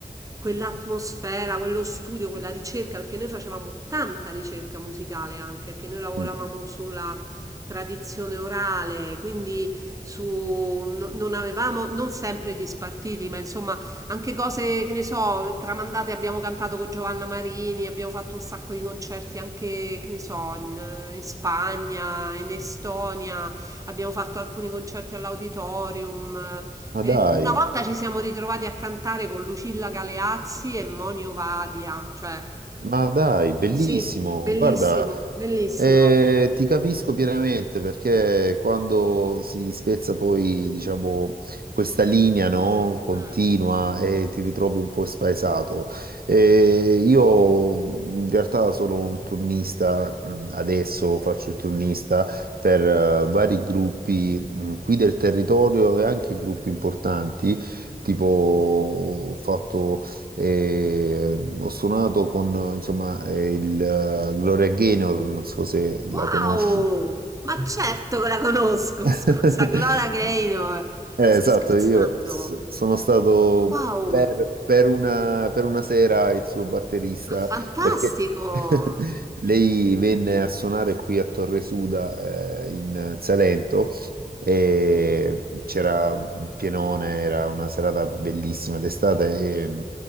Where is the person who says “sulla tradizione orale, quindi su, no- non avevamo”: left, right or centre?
Right